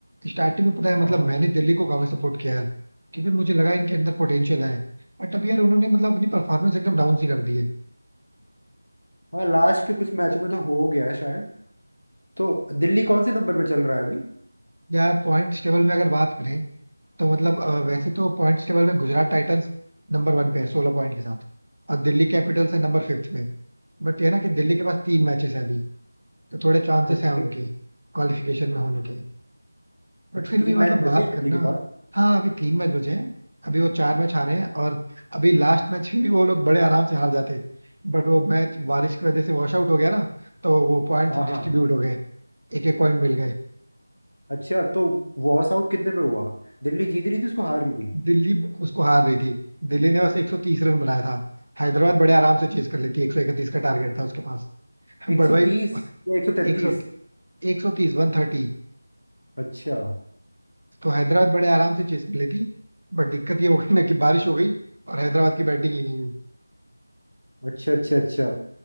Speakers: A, on the right; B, on the left.
A: स्टार्टिंग में पता है मतलब
B: हाँ
A: मैंने दिल्ली को काफी सपोर्ट किया है क्योंकि मुझे लगा इनके अंदर पोटेंशियल है बट अब यार उन्होंने मतलब अपनी परफॉर्मेंस एकदम डाउन सी कर दी है
B: हाँ लास्ट के कुछ मैचों में तो हो गया है शायद तो दिल्ली कौन से नंबर पे चल रहा है अभी
A: यार पॉइंट्स टेबल में अगर बात करें तो मतलब अ, वैसे तो पॉइंट्स टेबल में गुजरात टाइटंस नंबर वन पे है सोलह पॉइंट के साथ और दिल्ली कैपिटल्स है नंबर फिफ्थ पे बट ये ना कि दिल्ली के पास तीन मैचेस हैं अभी तो थोड़े चांसेस
B: ओके
A: हैं उनके क्वालिफिकेशन में होने के बट
B: अच्छा
A: फिर
B: तीन
A: भी मतलब
B: मैच
A: बात
B: बचे हैं
A: करना
B: दिल्ली के पास
A: हाँ अभी तीन मैच बचे हैं अभी वो चार मैच हारे हैं और अभी लास्ट मैच भी वो लोग बड़े आराम से हार जाते बट वो मैच बारिश की वजह से वॉश आउट हो गया ना तो वो पॉइंट्स
B: हाँ
A: डिस्ट्रीब्यूट
B: हाँ
A: हो गए एक एक पॉइंट मिल गए
B: अच्छा तो वॉश आउट कितने पे हुआ दिल्ली जीत रही थी उसको हार रही थी
A: दिल्ली उसको हार रही थी दिल्ली ने बस 130 रन बनाया था हैदराबाद बड़े आराम से चेज कर लेती 131 का टारगेट था उसके पास
B: एक
A: बट
B: सौ
A: भाई
B: तीस या एक सौ तैतीस
A: 100 130 130
B: अच्छा
A: तो हैदराबाद बड़े आराम से चेज कर लेती बट दिक्कत ये हो गई ना कि बारिश हो गई और हैदराबाद की बैटिंग ही नहीं हुई
B: अच्छा अच्छा अच्छा